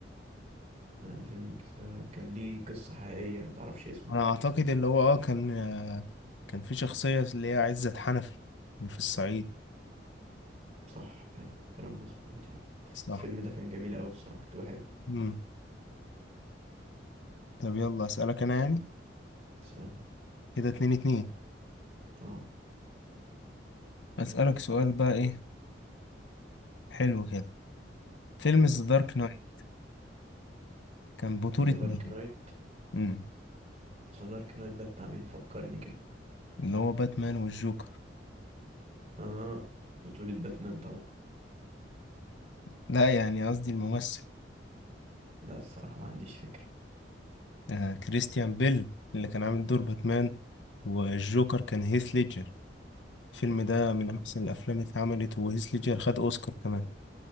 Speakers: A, on the right; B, on the left.
A: يعني فيلم الجزيرة كان ليه قصة حقيقية ما تعرفش اسمه
B: أنا أعتقد اللي هو اه كان آه كان في شخصية اللي هي عزت حنفي اللي في الصعيد
A: صح كده كلام مظبوط يعني
B: صح
A: الفيلم ده كان جميل أوي الصراحة كنت بحبه
B: امم طب يلا أسألك أنا يعني
A: استنى
B: كده اتنين اتنين
A: اه
B: أسألك سؤال بقى إيه حلو كده فيلم ذا دارك نايت كان بطولة
A: ذا دارك
B: مين؟
A: نايت
B: مم.
A: ذا دارك نايت ده بتاع مين فكرني كده
B: اللي هو باتمان والجوكر
A: اه بطولة باتمان طبعا
B: لا يعني قصدي الممثل
A: لا الصراحة ما عنديش فكرة
B: آه كريستيان بيل اللي كان عامل دور باتمان والجوكر كان هيث ليدجر الفيلم ده من أحسن الأفلام اللي اتعملت وهيث ليدجر خد أوسكار كمان